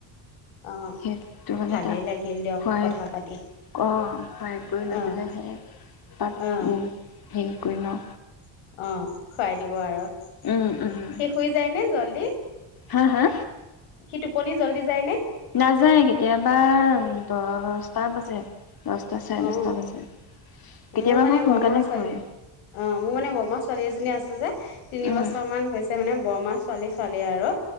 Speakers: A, on the left; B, on the left.
A: অ'।
B: সেইটো মানে
A: ভালেই
B: তাক
A: লাগিল দিয়ক
B: খোৱাই
A: কথা পাতি
B: কওঁ খুৱাই কৰি লৈ
A: অ',
B: পেলাই সেই তাত
A: অ',
B: সেই কৰি লও
A: <inaudible> অ খুৱাই দিব আৰু সি
B: উম, উম,
A: শুই যায় নে জল <inaudible> কি
B: হা হা
A: সি টোপনি জলদি যায় নে
B: নাযায় কেতিয়াবা দহটা বাজে দহটা চাৰে
A: অ
B: দহটা বাজে। কেতিয়াবা
A: মোৰ মানে
B: আকৌ সোনকালে
A: বৰমা ছোৱালী
B: শুৱে
A: অ মোৰ মানে বৰমা ছোৱালী এজনী আছে যে তিনি
B: উম
A: বছৰ মান হৈছে মানে বৰমা ছোৱালি ছোৱালীয়ে আৰু